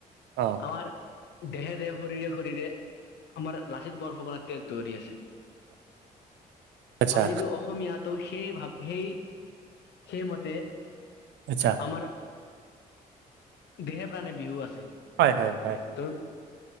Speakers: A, on the right; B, on the left.
A: অ'
B: আমাৰ দেহে-দেহে, শৰীৰে-শৰীৰে আমাৰ লাচিত বৰফুকনৰ তেজ দৌৰি আছে।
A: আচ্ছা
B: আমি টো অসমীয়া তো সেই ভাৱ সেই সেইমতে
A: আচ্ছা।
B: আমাৰ দেহে প্ৰাণে বিহু আছে।
A: হয়, হয়, হয়।
B: ত